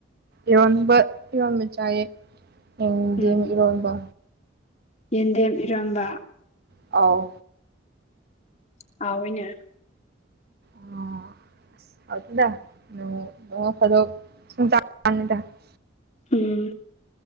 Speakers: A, on the right; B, on the left.
A: ꯏꯔꯣꯟꯕ ꯏꯔꯣꯟꯕ ꯆꯥꯏꯌꯦ ꯌꯦꯟꯗꯦꯝ
B: ꯎꯝ
A: ꯏꯔꯣꯟꯕ
B: ꯌꯦꯟꯗꯦꯝ ꯏꯔꯣꯝꯕ
A: ꯑꯥꯎ
B: ꯍꯥꯎꯋꯤꯅꯦ
A: ꯑꯣ <unintelligible>
B: ꯎꯝ